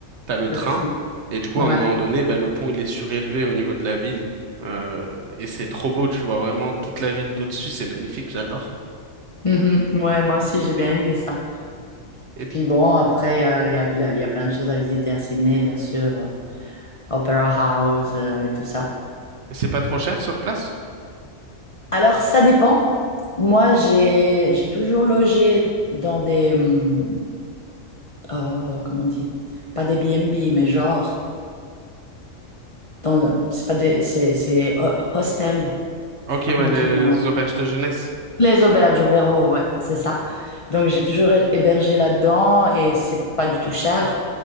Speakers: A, on the right; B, on the left.
A: t'as le
B: le
A: train.
B: train.
A: Et du coup,
B: Ouais.
A: à un moment donné, bah, le pont, il est surélevé au niveau de la ville. Euh, et c'est trop beau, tu vois vraiment toute la ville d'au-dessus, c'est magnifique, j'adore.
B: Mhm. Ouais, moi aussi, j'ai bien aimé ça.
A: Et
B: Puis bon, après, il y a, il y a- il y a plein de choses à visiter à Sydney, bien sûr. euh, Opera House, euh, et tout ça.
A: c'est pas trop cher sur place?
B: Alors, ça dépend. Moi, j'ai j'ai toujours logé dans des hum, euh, oh, comment on dit? Pas des B&B, mais genre dans c'est pas des c'est c'est ho- hostel.
A: Ok,
B: Je sais pas
A: ouais,
B: comment
A: les
B: tu dis. en-
A: auberges de jeunesse.
B: Les auberges, auberges, ouais, c'est ça. Donc j'ai toujours hé- hébergé là-dedans et c'est pas du tout cher.